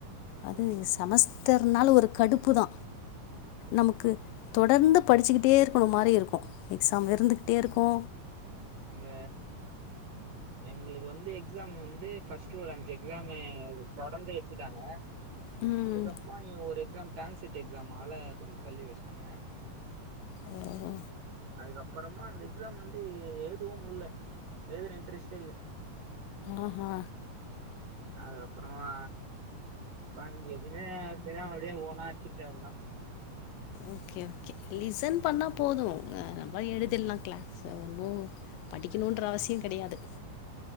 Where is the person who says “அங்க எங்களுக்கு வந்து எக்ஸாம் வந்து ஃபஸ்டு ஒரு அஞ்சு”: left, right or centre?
Right